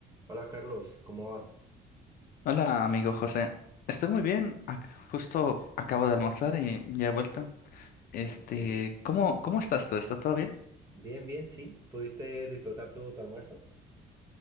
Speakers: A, on the right; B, on the left.
A: Hola Carlos, ¿cómo vas?
B: Hola, amigo José. Estoy muy bien. Ac- Justo acabo de almorzar y ya he vuelto. Este,
A: Ah, ok.
B: ¿cómo, cómo estás tú? ¿Está todo bien?
A: Bien, bien, sí. ¿Pudiste disfrutar tu, tu almuerzo?